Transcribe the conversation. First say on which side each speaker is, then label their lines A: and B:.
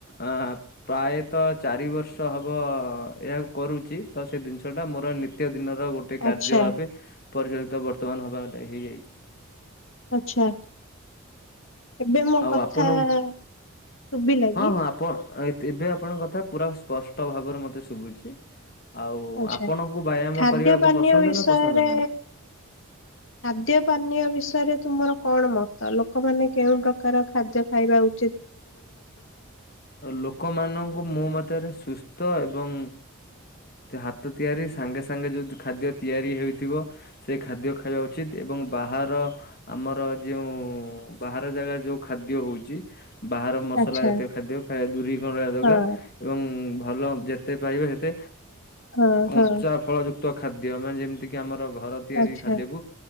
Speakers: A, on the left (about 45°); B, on the left (about 65°).
A: ଅ ପ୍ରାୟତଃ ଚାରି ବର୍ଷ ହବ। ଏହାକୁ କରୁଛି ତ ସେ ଜିନିଷଟା ମୋର ନିତ୍ୟ ଦିନର ଗୋଟେ କାର୍ଯ୍ୟ
B: ଆଚ୍ଛା
A: ଭାବେ ପରିଚାଳିତ ବର୍ତ୍ତମାନ ହବା ଦାୟୀ ହେଇଯାଇଛି।
B: ଆଛା। ଏବେ ମୋ
A: ଆଉ
B: କଥା
A: ଆପଣଙ୍କୁ
B: ଶୁଭିଲା
A: ହଁ
B: କି?
A: ହଁ ଆପଣ ଏବେ ଦି-ଆପଣଙ୍କ କଥା ପୁରା ସ୍ପଷ୍ଟ ଭାବରେ ମତେ ଶୁଭୁଛି। ଆଉ
B: ଆଚ୍ଛା
A: ଆପଣଙ୍କୁ ବ୍ୟାୟାମ
B: ଖାଦ୍ୟ
A: କରିବାକୁ
B: ପାନୀୟ
A: ପସନ୍ଦ
B: ବିଷୟରେ
A: ନା ପସନ୍ଦ ନୁହଁ?
B: ଖାଦ୍ୟ ପାନୀୟ ବିଷୟରେ ତୁମର କଣ ମତ ଲୋକମାନେ କେଉଁ ପ୍ରକାର ଖାଦ୍ୟ ଖାଇବା ଉ
A: ଲୋକମାନଙ୍କୁ ମୋ ମତରେ ସୁସ୍ ତ -ଏବଂ ହାତ ତିଆରି ସାଙ୍ଗେ ସାଙ୍ଗେ ଯୋଉ ଖାଦ୍ୟ ତିଆରି ହେଇଥିବ। ସେ ଖାଦ୍ୟ ଖାଇବା ଉଚିତ୍ ଏବଂ ବାହାର ଆମର ଯେଉଁ ବାହାର ଜାଗାରେ ଯୋଉ ଖା ଖାଦ୍ୟ ହଉଛି ବାହାର ମସଲା
B: ଆଚ୍ଛା
A: ଜାତୀୟ ଖାଦ୍ୟ ଦୂରେଇ ରହିବା ଦରକାର
B: ହଁ
A: ଏବଂ ଭଲ ଯେତେ ପାଇବେ ସେତେ
B: ହଁ
A: କଞ୍ଚା
B: ହଁ
A: ଫଳ ଯୁକ୍ତ ଖାଦ୍ୟ ମାନେ ଯେମିତିକି ଆମର ଘର ତିଆରି
B: ଆଚ୍ଛା
A: ଖାଦ୍ୟକୁ